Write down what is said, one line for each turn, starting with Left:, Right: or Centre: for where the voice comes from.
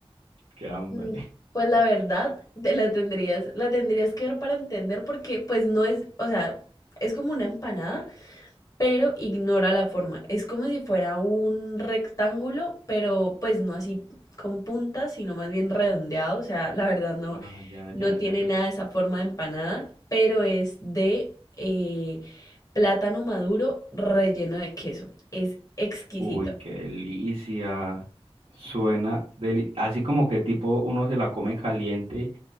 Right: qué hambre.
Left: mm, pues la verdad, te la tendrías, la tendrías que ver para entender porque pues no es, o sea, es como una empanada, pero ignora la forma. Es como si fuera un rectángulo, pero pues no así con puntas, sino más bien redondeado. O sea, la verdad no,
Right: Ah, ya,
Left: no
Right: ya,
Left: tiene
Right: ya.
Left: nada de esa forma de empanada, pero es de eh, plátano maduro relleno de queso. Es exquisito,
Right: Uy, qué delicia. Suena deli- así como que tipo uno se la come caliente